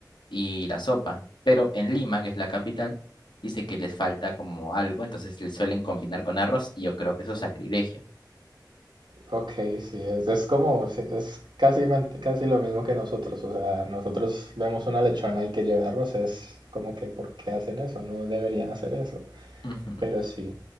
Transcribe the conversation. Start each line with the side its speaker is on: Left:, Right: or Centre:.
Left: y la sopa. Pero en Lima, que es la capital, dice que les falta como algo, entonces le suelen combinar con arroz y yo creo que eso es sacrilegio.
Right: Ok, sí, es, es como, sí, es casi, men- casi lo mismo que nosotros, o sea, nosotros vemos una lechona y que llevarlos es como que ¿por qué hacen eso? No deberían hacer eso,
Left: <laughs>
Right: pero sí.